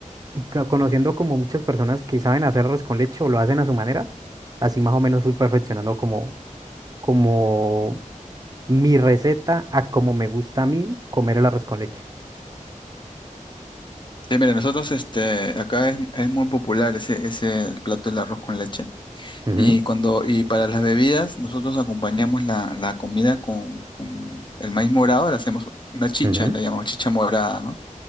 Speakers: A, on the right (about 30°); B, on the left (about 35°).
A: y co- conociendo como muchas personas que saben hacer arroz con leche o lo hacen a su manera, así más o menos fui perfeccionando como, como mi receta a como me gusta a mí comer el arroz con leche.
B: Sí, mira, nosotros este, acá es, es muy popular ese, ese plato del arroz con leche.
A: Ujú,
B: Y cuando, y para las bebidas, nosotros acompañamos la, la comida con, con el maíz morado, le hacemos una chicha,
A: ujú.
B: la llamamos chicha morada, ¿no?